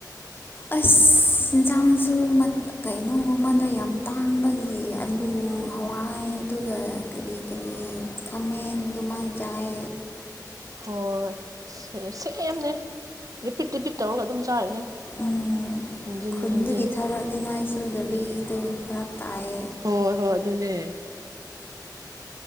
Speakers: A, on the left; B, on the right.
A: ꯑꯁ ꯏꯟꯁꯥꯡꯁꯨ ꯀꯩꯅꯣ ꯃꯃꯜꯗ ꯌꯥꯝ ꯇꯥꯡꯕꯒꯤ ꯑꯜꯂꯨ ꯍꯋꯥꯏ ꯑꯗꯨꯒ ꯀꯔꯤ ꯀꯔꯤ ꯈꯥꯃꯦꯟ ꯑꯗꯨꯃꯥꯏꯅ ꯆꯥꯏ
B: ꯍꯣꯏ ꯁꯦꯝꯅꯦ ꯔꯤꯄꯤꯠ ꯔꯤꯄꯤꯠ ꯇꯧꯔꯒ ꯑꯗꯨꯝ ꯆꯥꯔꯤꯅꯦ
A: ꯎꯝ
B: ꯍꯟꯖꯤꯟ
A: ꯈꯨꯟꯗꯒꯤ
B: ꯍꯟꯖꯤꯟ
A: ꯊꯥꯔꯛꯅꯤꯉꯥꯏꯁꯨ ꯒꯥꯔꯤꯗꯣ ꯐꯔꯛ ꯇꯥꯏꯌꯦ
B: ꯍꯣꯏ ꯍꯣꯏ ꯑꯗꯨꯅꯦ